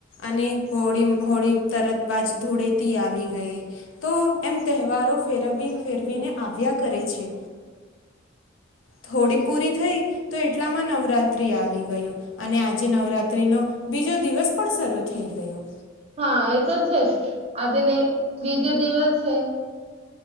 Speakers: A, on the left (about 75°); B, on the right (about 30°).
A: અને હોળી હોળી તરત બાજ ધૂળેથી આવી ગઈ તો એમ તહેવારો ફેરવી ફેરવીને આવ્યા કરે છે. થોડી પૂરી થઈ તો એટલામાં નવરાત્રિ આવી ગું અને આજે નવરાત્ર્રીનો બીજો દિવસ પણ શરૂ થઈ ગયો.
B: હા એ તો છે જ આજે ને બીજો દિવસ છે